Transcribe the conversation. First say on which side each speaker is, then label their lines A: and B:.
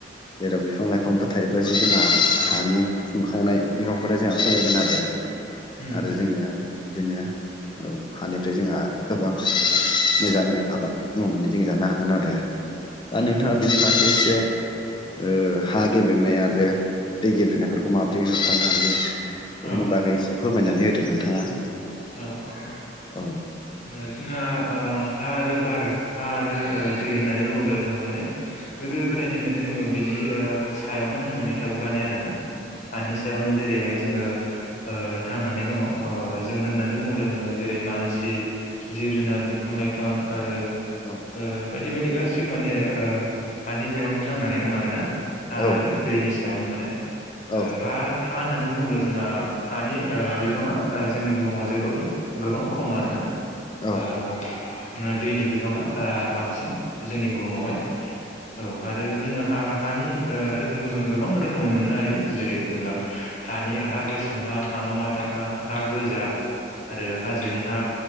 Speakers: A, on the left (about 25°); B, on the left (about 40°).
A: जेराव बिफां- लाइफांफोर थायोब्लासो जोंहा हानि खुंखावनाय बिफांफोरा जोंहा खमायगोन आरो
B: उम
A: आरो जोङो
B: उम
A: बिदिनो औ हानिफ्राय जोंहा गोबां मोजाङै आबाद मावनानै जों जानो हागोन आरो दा नोंथाङा
B: उम औ
A: बिनि फारसे एसे ओ हा गेब्रेंनाय आरो दै गेब्रेंनायफोरखौ माबोरै होबथानो हायो बेफोरनि
B: औ
A: बागै एसे फोरमायनानै होदो नोंथाङा
B: औ - औ
A: औ
B: ओ जोंहा ओ हा आरो बार हा आरो दै होननानै बुङोब्ला जोंहा माने गोदो -गोदायनिफ्रायनो जोङो ओ बिनि सायावनो थांनानै थाबोखानाय आरोना हानि सायावनो जेरैहाय जोङो ओ थांनानै दङ ओ जों होननानै बुङोब्ला जोङो जेरै मानसि जिब- जुनार, बिफां -लाइफां आरो
A: औ
B: ओ बायदि बायदि गासिबो माने ओ हानि सायावनो थांनानै दं आरोना हा
A: औ
B: आरो दैनि सायावनो माने ओ
A: औ
B: हा हा होननानै बुङोब्ला जोंहा हानि ओ बिबाङा जोंनि बुहुमाव जबो गोबां खम आरोना
A: औ
B: ओ दैनि बिबाङा बांसिन जोंनि बुहुमावहाय औ आरो जोङो हा हानि रोखोमखौ जोङो गोबां रोखोमै मोननो हायो जेरै होनोब्ला हानि हा गोसोम हा हामा माथा हा हा गोजा आरो हाजोनि हा